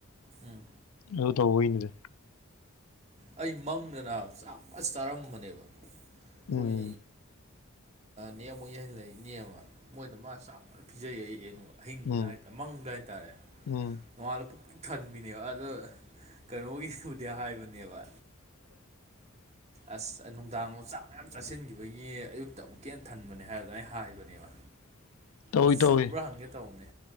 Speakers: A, on the right; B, on the left.
A: ꯎꯝ
B: ꯑꯗꯨ ꯇꯧꯕꯝꯕꯩꯅꯤꯗ
A: ꯑꯩ ꯃꯪꯗꯅ ꯆꯥꯛ ꯐꯖꯅ ꯆꯥꯔꯝꯕꯅꯦꯕ ꯑꯩꯈꯣꯏ
B: ꯎꯝ
A: ꯅꯦ ꯑꯃꯨꯛ ꯌꯦꯡꯍꯟ ꯂꯩ ꯏꯅꯦ ꯑꯃ ꯃꯣꯏꯗ ꯃꯥ ꯆꯥꯛ ꯄꯤꯖꯩ ꯑꯩ ꯑꯍꯤꯡꯗꯨꯗ
B: ꯎꯝ
A: ꯍꯥꯏꯇꯥꯔꯦ ꯃꯪꯗꯨꯗ ꯍꯥꯏꯇꯥꯔꯦ
B: ꯎꯝ
A: ꯅꯣꯡꯉꯥꯜꯂꯛꯄ ꯊꯟꯕꯤꯅꯦꯕ ꯑꯗꯣ ꯀꯩꯅꯣꯒꯤꯕꯨꯗꯤ ꯍꯥꯏꯕꯅꯦꯕ
B: <inaudible>
A: ꯑꯁ ꯅꯨꯡꯗꯥꯡꯗꯣ ꯆꯥꯛ ꯃꯌꯥꯝ ꯆꯥꯁꯤꯟꯈꯤꯕꯒꯤ ꯑꯌꯨꯛꯇ ꯑꯃꯨꯛꯀ ꯍꯦꯟꯅ ꯊꯟꯕꯅꯦ ꯍꯥꯏꯕꯗ ꯑꯩ ꯍꯥꯏꯕꯅꯦꯕ
B: <inaudible>
A: ꯑꯁ
B: ꯇꯧꯏ
A: ꯆꯨꯝꯕ꯭ꯔꯥ ꯍꯪꯒꯦ ꯇꯧꯕꯅꯦ